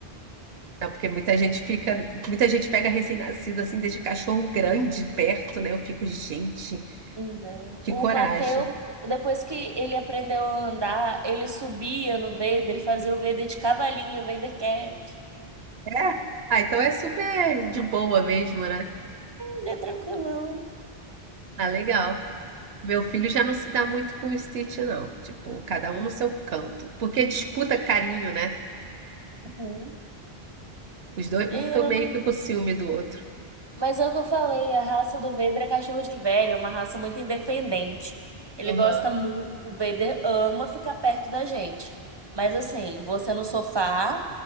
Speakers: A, on the right; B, on the right.
A: Não, Porque muita gente fica, muita gente pega recém-nascido, assim, desde cachorro grande perto, né? Eu fico, gente,
B: Não.
A: que
B: O
A: coragem.
B: Mateu, depois que ele aprendeu a andar, ele subia no Vader, ele fazia o Vader de cavalinho, o Vader quer.
A: É? Ah, então é super de boa mesmo, né?
B: Ele é tranquilão.
A: Ah, legal. Meu filho já não se dá muito com o Stitch, não. Tipo, cada um no seu canto. Porque disputa carinho, né?
B: Uhum.
A: Os dois,
B: E
A: um
B: ele
A: fica meio
B: é uma-
A: que com ciúme do outro.
B: Mas é o que eu falei, a raça do Vader é cachorro de velho, é uma raça muito independente. Ele
A: Aham.
B: gosta muito, o Vader ama ficar perto da gente. Mas assim, você no sofá